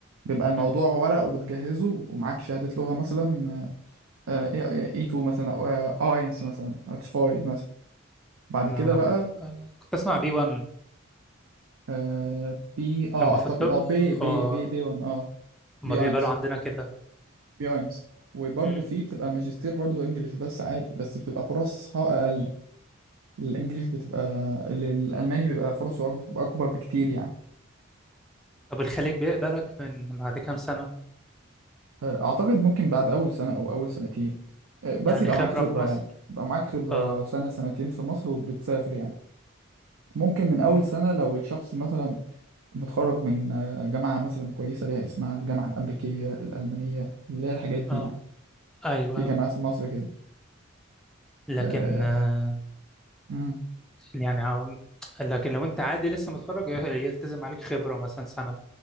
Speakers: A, on the right; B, in the centre.
A: بيبقى الموضوع
B: امم
A: ورق وبتجهزه ومعاك شهادة لغة مثلا آه، إيه، آه، A2 مثلا او آه، اينس مثلا او تشفاي مثلا بعد
B: انا
A: كده بقى
B: كنت كنت اسمع بي 1
A: آه، بي اه
B: هم
A: اعتقد
B: في الطب
A: اه بي بي
B: آه،
A: بي بي 1 اه
B: هم
A: بي
B: بيقبلوا
A: اينس
B: عندنا كده
A: بياينز وبرضه
B: مم.
A: في بتبقى ماجستير برضه انجليش بس عادي بس بتبقى فرصها اقل الانجليش بتبقى ال- الالماني بيبقى فرصه أك- بتبقى اكبر بكتير يعني
B: طب الخليج بيقبلك من بعد كام سنة
A: آه، اعتقد ممكن بعد اول سنه او اول سنتين آه، بس
B: يعني
A: يبقى
B: خبرة
A: معاك خبره
B: في مصر
A: يعني يبقى معاك خبره
B: اه
A: سنه سنتين في مصر وبتسافر يعني ممكن من
B: مم.
A: اول سنه لو الشخص مثلا متخرج من آه، جامعه مثلا كويسه ليها اسمها الجامعه الامريكيه الالمانيه اللي هي الحاجات دي
B: اه
A: يعني
B: ايوه
A: في جامعات في مصر كده
B: لكن
A: آه،
B: آه،
A: مم.
B: يعني عم- لكن لو انت عادي لسه متخرج ي- يلتزم عليك خبرة مثلا سنة